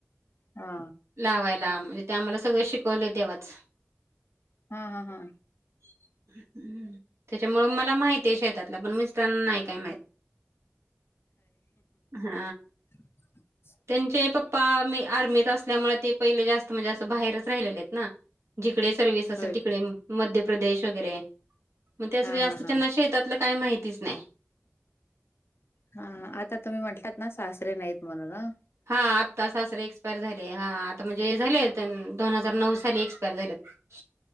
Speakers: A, on the left (about 55°); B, on the right (about 75°).
A: हा
B: लावायला म्हणजे ते आम्हाला सगळं शिकवलय तेव्हाच
A: हा हा हा
B: <inaudible> त्याच्यामुळं मला माहतीय शेतातलं पण मिस्टरांना नाही काय माहित हा
A: ह <inaudible>
B: त्यांचे पप्पा मी आर्मीत असल्यामुळे ते पहिले जास्त म्हणजे असं बाहेरच राहिलेलेत ना जिकडे सर्विस असेल
A: होय
B: तिकडे मध्य प्रदेश वगैरे मग ते अस
A: हा
B: जास्त
A: हा हा
B: त्यांना शेतातलं काय माहितीच नाय
A: हा आता तुम्ही म्हटलात ना सासरे नाहीत म्हणूनं
B: हा आत सासरे एक्सपायर झाले. हा आता म्हणजे झाले. आता दोन हजार नऊ साली एक्सपायर झाल्यात